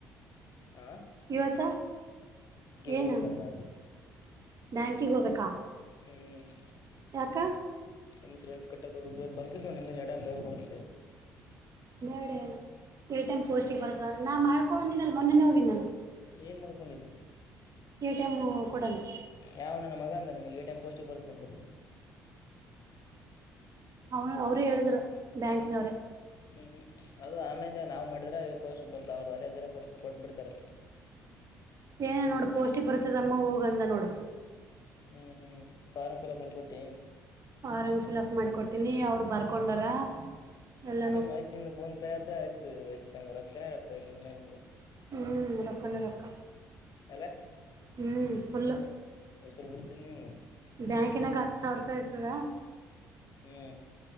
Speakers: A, on the left (about 55°); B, on the right (about 45°).
A: ಹ.
B: ಇವತ್ತ ಏನು
A: ಹೋಗ್ಬೇಕಂದ
B: ಬ್ಯಾಂಕಿಗೆ ಹೋಗ್ಬೇಕಾ.
A: ಹ್ಮ್.
B: ಯಾಕ್.
A: ಇನ್ಶೂರೆನ್ಸ್ ಕಟ್ಟಕ್ಕೆ ಹೋಗಬೇಕು ಬರ್ತಿದವ ನಿ ಎಡ ತಗದ ಕೊಡತಿದ್ದೆ.
B: ಬೇಡಣ್ಣ ಎ ಟೈಮ್ ಪೋಸ್ಟಿಗೆ ಬರ ಸರ್ ನಾ ಮಾಡ್ಕೊಂಡಿನ ಅಲ್ಲಿ ಮೊನ್ನೆೇನೆ ಹೋಗಿದ್ದಿನಾ.
A: ಏನ್ ಮಾಡ್ಕೊಂಡಿದ್ದಿ.
B: ಎ ಟಿ ಎಮ್ ಕೊಡಂತ.
A: ಯಾವ್ ನನ್ನ ಮಗ ಅಂದ ನಿಂಗ ಎ ಟಿ ಎಂ ಪೋಸ್ಟಿ ಬರುತ್ತ ಅಂತ.
B: ಅವನು ಅವರು ಹೇಳಿದ್ರು ಬ್ಯಾಂಕಿನವ್ರೇ.
A: ಹ್ಮ್ ಹ್ಮ್ ಅದು ಆನ್ಲೈನ್ದಾಗ ನಾವು ಮಾಡಿದ್ರೆ ಪೋಸ್ಟಿಗೇ ಬರ್ತ ಅವ್ರರು ಅಲೆದಲ್ಲೇ ಕೊಟ್ಟಟ್ಬ ಬಿಡ್ತಾರೆ.
B: ಏನೇ ನೋಡು ಪೌಷ್ಟಿಕ್ ಬರ್ತದ ಅಮ್ಮ ಹೋಗ ಅಂತ ನೋಡ.
A: ಹ್ಮ್ ಹ್ಮ್ ಫಾರ್ಮ್ ಫಿಲ್ಪ್ ಮಾಡಿ ಕೊಟ್ಟಿ.
B: ಫಾರಂ ಫಿಲ್ಅಪ್ ಮಾಡಿಕೊಟ್ಟೀನಿ ಅವ್ರು ಬರ್ಕೊಂಡರ ಎಲ್ಲ
A: ಆಯ್ತ್ ನಿಂದ ಫೋನ್ ಪೆ ಆಯ್ತುತ ರೊಕ್ಕನೇ ರೊಕ್ಕ ಆಐತ ಮೇಲೆ
B: ಹ್ಞ ರೊಕ್ಕನ ರೊಕ್ಕ
A: ಅಲ್ಲ
B: ಹ್ಞ ಫುಲ್ಲು.
A: ಉಸಿರು ಬಿಡ್ತಿದ್ದ ನೀನು.
B: ಬ್ಯಾಂಕಿನಾಗ ಹತ್ತು ಸಾವಿರ ರೂಪಾಯಿ ಇರ್ತದ.
A: ಹ್ಮ್.